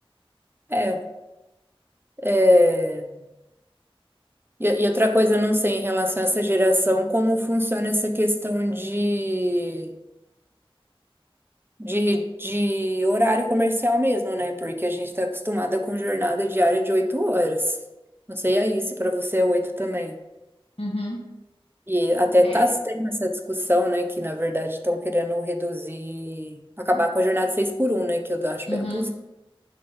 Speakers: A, on the right; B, on the left.
A: É, é... E, e outra coisa, eu não sei em relação a essa geração, como funciona essa questão de de, de horário comercial mesmo, né? Porque a gente tá acostumada com jornada diária de oito horas. Não sei aí se para você é oito também.
B: Uhum,
A: E até
B: é,
A: tá se tendo essa discussão, né? Que na verdade estão querendo reduzir, acabar com a jornada seis por um, né? Que eu acho
B: uhum,
A: bem abusivo